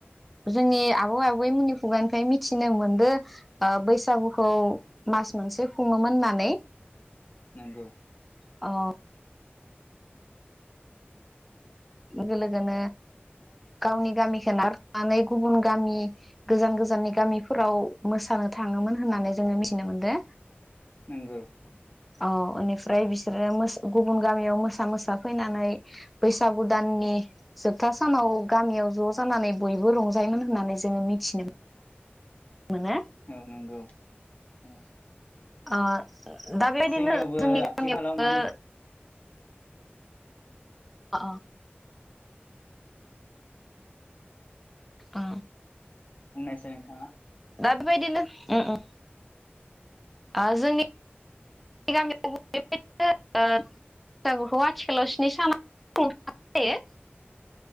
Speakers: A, in the centre; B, on the left.
A: जोंनि आबौ आबै मनि खुगानिफ्राय मिथि थिनो मोनदो बैसागुखौ मास मोनसे खुङोमोन होननानै
B: नंगौ
A: औ लोगो लोगोनो गावनि गामिखौ नारथ'नानै गुबुन गामि गोजान गोजाननि गामिफोराव मोसानो थाङोमोन होननानै जोङो मिथिनो मोनदों
B: नंगौ
A: औ बेनिफ्राय बिसोरो गुबुन गामियाव मोसा मोसा फैनानै बै बैसागु दाननि जोबथा सानाव गामियाव ज' जानानै बयबो रंजायोमोन होननानै जोङो मिथिनो मोन मोनो
B: औ नंगौ औ
A: आ दा बेबायदिनो
B: जोंनियावबो
A: जोंनि
B: आथिखालाव
A: गामियावबो
B: मा होनो
A: अ अ
B: बुंनायसाय नोंथाङा
A: दा बेबायदिनो ओम ओम ओ जोंनि गामियाव बैसागुखौ आथिखालाव स्नि सानाव जायो